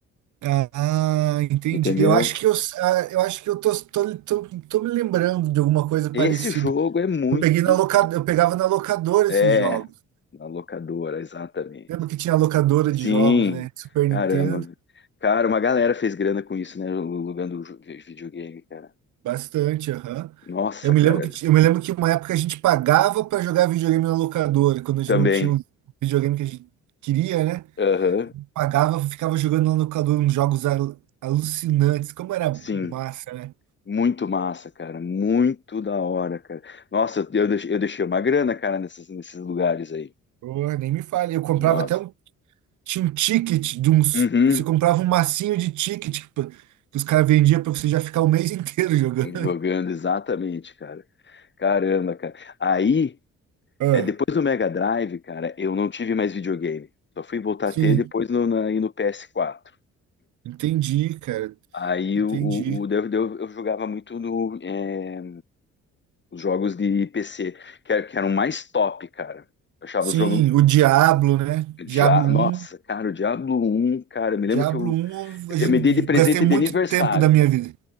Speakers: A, on the right; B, on the left.
A: Ah, entendi.
B: entendeu?
A: Eu acho que eu, ah, eu acho que eu tô, tô, tô, tô me lembrando de alguma coisa
B: Esse
A: parecida.
B: jogo é muito.
A: Eu peguei na locadora, eu pegava na locadora
B: É,
A: esses jogos.
B: na locadora, exatamente.
A: Lembro que tinha locadora
B: Sim,
A: de jogos, né? Super
B: caramba.
A: Nintendo,
B: Cara, uma galera fez grana com isso, né? Alugando jo- videogame, cara.
A: bastante, aham.
B: Nossa,
A: Eu me
B: cara.
A: lembro que, ti- eu me lembro que uma época a gente pagava para jogar videogame na locadora, quando a
B: Também.
A: gente não tinha o videogame que a gente queria, né?
B: Aham.
A: pagava, ficava jogando lá no calor uns jogos al- alucinantes. Como era
B: Sim.
A: massa, né?
B: Muito massa, cara. Muito da hora, cara. Nossa, eu deixei, eu deixei uma grana, cara, nesses, nesses lugares aí.
A: Porra, nem me fale. Eu comprava
B: Nossa.
A: até um. Tinha um ticket de uns.
B: Uhum.
A: Você comprava um massinho de ticket que, que os caras vendiam pra você já ficar o mês <laughs> inteiro jogando.
B: Jogando, exatamente, cara. Caramba, cara. Aí,
A: Ah,
B: é, depois do Mega Drive, cara, eu não tive mais videogame. Só fui voltar
A: sim,
B: a ter depois no, na, aí no PS4.
A: entendi, cara.
B: Aí
A: Entendi.
B: o, o, o- eu, eu- eu jogava muito no, é, os jogos de PC, que, era- que eram mais top, cara. Eu achava
A: Sim,
B: os jogos.
A: o Diablo, né?
B: Dia...
A: Diablo
B: Nossa,
A: um,
B: cara, o Diablo um, cara, eu me lembro
A: Diablo
B: que eu,
A: um, a
B: eu
A: gente,
B: me dei de presente
A: gastei muito
B: de aniversário,
A: tempo da minha
B: cara.
A: vida.